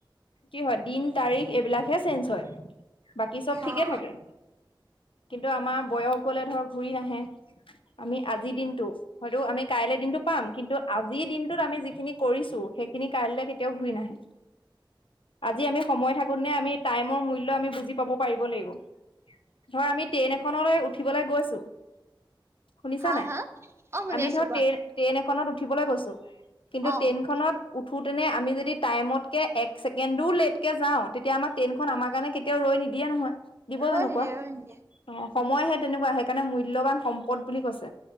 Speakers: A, on the left (about 85°); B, on the right (about 30°).
A: কি হয় দিন তাৰিখ এইবিলাকহে চেঞ্জ হয় বাকী চব ঠিকে
B: অ।
A: থাকে কিন্তু আমাৰ বয়স গলে ধৰ ঘূৰি নাহে আমি আজিৰ দিনটো হয়তটো আমি কাইলে দিনটো পাম কিন্তু আজিৰ দিনটোত আমি যিখিনি কৰিছো সেইখিনি কাইলৈ কেতিয়াও ঘূৰি নাহে আজি আমি সময় থাকো নে আমি টাইমৰ মূল্য আমি বুজি পাব পাৰিব লাগিব ধৰ আমি ট্ৰেইন এখনলৈ উঠিবলৈ গৈছো শুনিছা
B: হা
A: নাই
B: হা অ শুনি
A: আমি
B: আছো
A: ধৰ
B: কোৱা
A: তেৰ ট্ৰেইন এখনত উঠিবলৈ গৈছো কিন্তু
B: অ
A: ট্ৰেইনখনত উঠোতেনে আমি যদি টাইমতকে এক ছেকেণ্ডো লেটকে যাওঁ তেতিয়া আমাক ট্ৰেইনখন আমাৰ কাৰণে তেওঁ ৰৈ নিদিয়ে নহয় দিব
B: ৰৈ
A: জানু
B: নিদিয়ে
A: কুৱা
B: ৰৈ নিদিয়ে
A: অ সময়হে তেনেকুৱা সেইকাৰণে মূল্যবান সম্পদ বুলি কৈছে